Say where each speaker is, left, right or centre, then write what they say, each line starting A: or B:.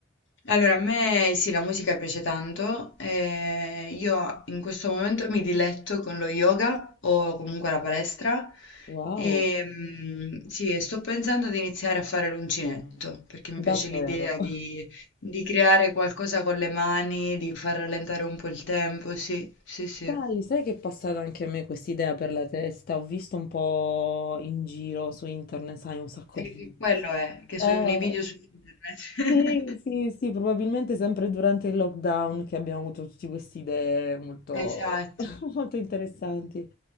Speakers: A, on the left; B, on the left.
A: Allora, a me sì, la musica piace tanto. eh, io in questo momento mi diletto con lo yoga o comunque la palestra.
B: Wow,
A: E, mm, sì, e sto pensando di iniziare a fare l'uncinetto perché mi
B: davvero.
A: piace l'idea di, di creare qualcosa con le mani, di far rallentare un po' il tempo. Sì, sì, sì.
B: Dai,
A: E
B: sai che è passata anche a me questa idea per la testa? Ho visto un po' in giro su internet, sai, un sacco
A: che
B: di...
A: quello è, che sono
B: Eh,
A: i video su internet.
B: sì, sì,
A: <laughs>
B: sì, probabilmente sempre durante il lockdown che abbiamo avuto tutte queste idee molto,
A: Esatto.
B: <laughs> molto interessanti.